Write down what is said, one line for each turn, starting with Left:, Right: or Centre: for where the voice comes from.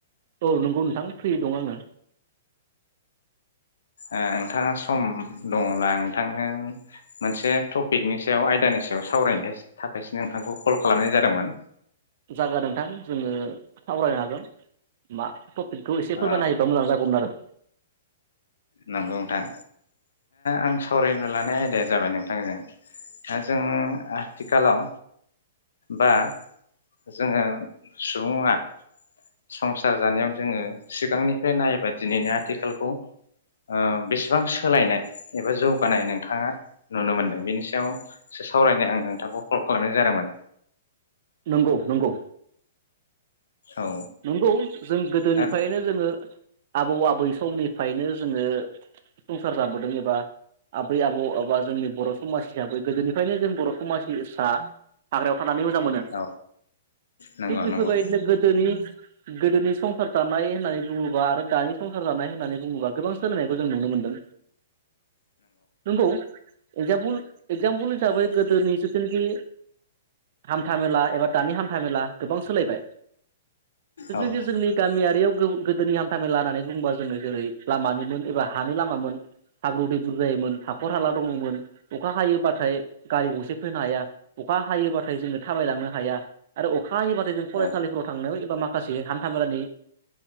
Right: औ नंगौ नोंथां फ्रि दं आङो
Left: ओ नोंथाङा सम दङब्ला नोंथांनो मोनसे टपिकनि सायाव आयदानि सायाव सावरायनो थाखायसो नोंथांखौ कल खालामनाय जादोंमोन
Right: जागोन नोंथां जोङो सावरायनो हागोन मा बेखौ एसे फोरमायना
Left: ओ
Right: होायोबा मोजां जागौमोन आरो
Left: नंगौ नोंथां आं सावरायनो लानाय आयदाया जाबाय नोंथांजों दा जों आथिखालाव बा जोङो सुबुङा संसार जानायाव जोङो सिगांनिफ्राय नायोबा दिनैनि आथिखालखौ ओ बेसेबां सोलायनाय एबा जौगानाय नोंथाङा नुनो मोनदों बेनि सायावसो सावरायनो आं नोंथांखौ कल खालामनाय जादोंमोन
Right: नंगौ नंगौ
Left: औ
Right: नंगौ जों गोदोनिफ्रायनो
Left: दा
Right: जोङो आबौ आबै समनिफायनो जोङो संसार जाबोदों एबा आबै आबौ एबा जोंनि बर' समाज हिसाबै गोदोनिफायनो जों बर' समाजनि सा हाग्रायाव थानानै मोजां मोनो
Left: औ नंगौ
Right: थिग बेफोरबायदिनो
Left: नंगौ
Right: गोदोनि गोदोनि संसार जानाय होननानै बुङोबा आरो दानि संसार जानाय होननानै बुङोबा गोबां सोलायनायखौ जों नुनो मोनदों नंगौ एक्जामपोल एक्जामपोल हिसाबै गोदोनि जिथुनोखि हान्था मेला एबा दानि हान्थाामेला गोबां सोलायबाय <unintelligible>
Left: औ
Right: गामि आरियाव गोदोनि हान्था मेला होननानै बुङोबा जोङो जेरै लामानिमोन एबा हानि लामामोन हाब्रु दैब्रुर जायोमोन हाखर हाला दङमोन अखा हायोबाथाय गारि गंसे फैनो हाया अखा हायोबाथाय जोङो थाबायलांनो हाया आरो अखा हायोबाथाय जों फरायसालिफोराव
Left: औ
Right: थांनायाव बा माखासे हान्था मेलानि